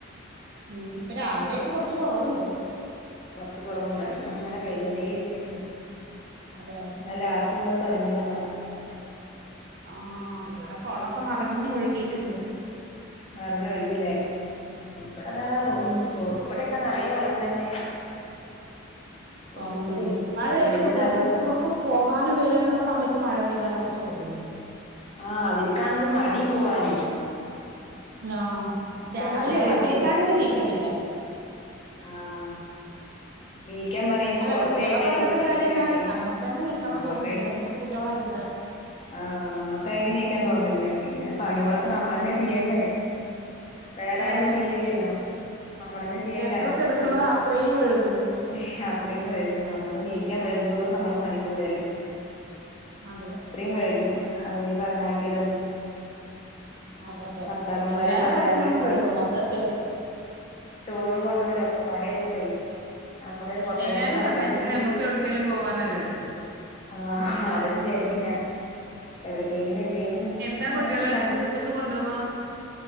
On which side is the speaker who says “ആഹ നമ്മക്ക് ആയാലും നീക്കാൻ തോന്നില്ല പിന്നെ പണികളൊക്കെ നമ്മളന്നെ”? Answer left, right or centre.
Left